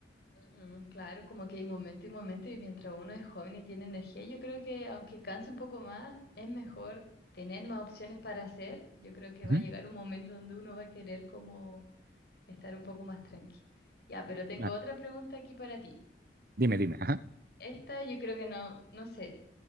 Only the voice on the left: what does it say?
ujú, claro, como que hay momento y momento y mientras uno es joven y tiene energía, yo creo que aunque canse un poco más, es mejor tener más opciones para hacer. Yo creo que va
a llegar un momento donde uno va a querer como estar un poco más tranqui. Ya, pero tengo
otra pregunta aquí para ti.
Esta yo creo que no, no sé,